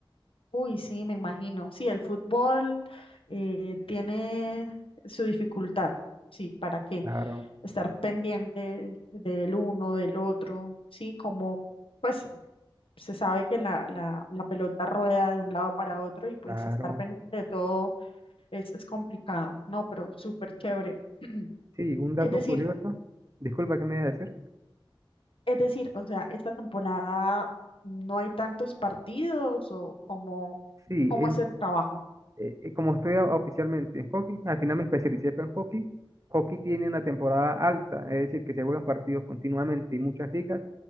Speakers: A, on the left; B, on the right.
A: Uy, sí, me imagino. Sí, el fútbol eh, tiene su dificultad, sí, ¿para qué?
B: Claro,
A: Estar pendiente del uno, del otro, sí, como pues se sabe que la, la, la pelota rueda de un lado para otro y pues
B: claro.
A: estar pendiente de todo es, es complicado, ¿no? Pero súper chévere. <clears throat>
B: Sí, un dato
A: Es decir,
B: curioso. Disculpa, ¿qué me iba a decir?
A: es decir, o sea, esta temporada no hay tantos partidos o cómo
B: Sí,
A: cómo
B: en-
A: es el trabajo.
B: eh, eh, como estoy a- oficialmente en hockey, al final me especialicé fue en hockey. Hockey tiene una temporada alta, es decir, que se juegan partidos continuamente y muchas ligas